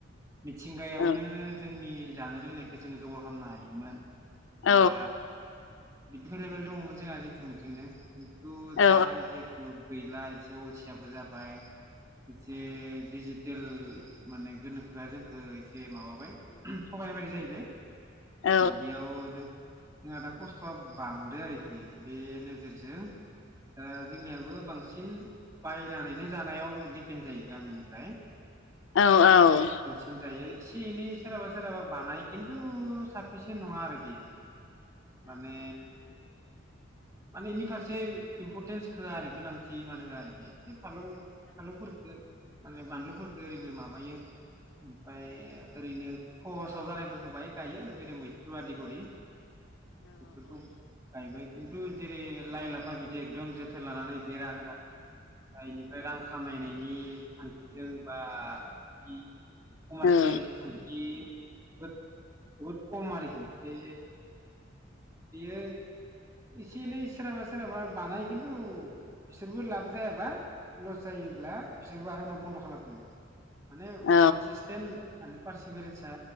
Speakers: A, on the right (about 15°); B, on the left (about 75°).
A: मिथिंगायावनो
B: औ
A: जोंनि बे जानाय लोंनायखौ जोङो जगार खालामनो हायोमोन
B: औ
A: बा बिदि एभेलेबेल दङमोन जोंहा जेथिं बिथिंनो थु
B: औ
A: दा जेहेथु गैला एसे अलसियाबो जाबाय जे <inaudible> गेल माने गोनो- होआ जोंखो जे माबाबाय थगायनाय बायदि जायो बे
B: औ
A: बिदियाव जो- जोंहा दा खस्थ'आ बांदो आरोखि बेनो जेरजों ओ जोंनियाबो बांसिन बायोना नो जानायाव दिपेन्ड जायो गामिनिफ्राय हाय
B: औ औ
A: जों जायो एसे एनै सोराबा सोरहाबा बानाय खिन्थु साफिसिन्ट नङा आरो बियो माने माने इनि फारसे इम्परटेन्स होआ आरो गोनांथि इमान होआ आरोखि फालौ फालौफोरखो माने बानलुफोरखो ओरैनो माबायो। ओमफ्राय ओरैनो खहसाव जानायफोरखौ बाहाय गायो आरो जेरै मैथ्रु आदि गरि बेफोरखौ गायबाय खिन्थु जेरै लाइ, लाफा बिदि एखदम जोथोन लानानै बेरा होनानै दा इनिफ्राय रां खामायनायनि थांखिजों बा बिदि कमारसियेल
B: औ
A: <unintelligible> जोबोद जोबोद खम आरो खि ए बियो एसे एनै सोरहाबा सोरहाबा बानाय खिन्थु बिसोरबो लाब जायाबा लस जायोब्ला बिसोरबो आरो उनाव बन्द' खालामफिनो। माने
B: औ
A: कनसिसटेन माने पारसि बिरिनसा